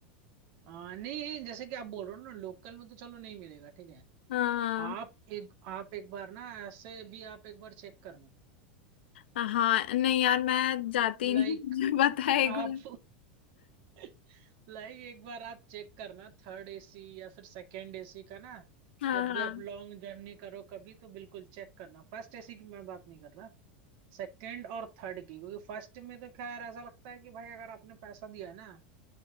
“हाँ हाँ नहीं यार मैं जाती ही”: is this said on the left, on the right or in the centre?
Left